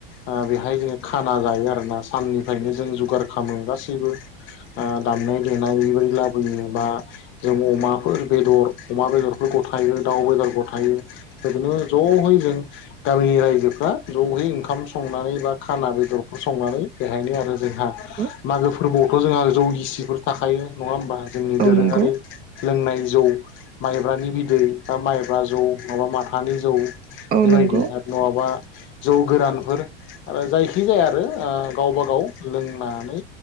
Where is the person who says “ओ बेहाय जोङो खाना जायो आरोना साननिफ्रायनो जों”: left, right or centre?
Left